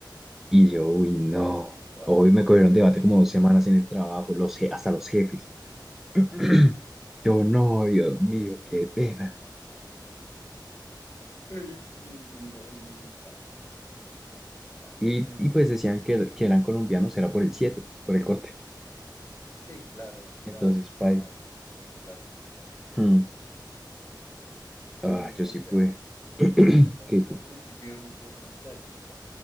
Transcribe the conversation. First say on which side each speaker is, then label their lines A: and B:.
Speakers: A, in the centre; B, on the left.
A: Y yo, uy, no.
B: uy, no, suave.
A: Hoy me cogieron debate
B: <laughs>
A: como dos semanas en el trabajo, los, je- hasta los jefes. <clears throat> Yo no, Dios mío, qué pena.
B: Ay, no, me imagino. Uy, paila, muy, muy, muy paila
A: Y,
B: eso.
A: y pues decían que, er- que eran colombianos, era por el 7 por el corte.
B: Sí, claro, eso ya,
A: Entonces,
B: ya,
A: paila.
B: paila, nos delata.
A: Hmm.
B: Yo
A: Ah,
B: me acuerdo
A: yo sí
B: que,
A: pude.
B: a ver, en
A: <clears throat>
B: la playa,
A: ¿Qué,
B: no,
A: qué?
B: pero yo, yo iba mucho a una playita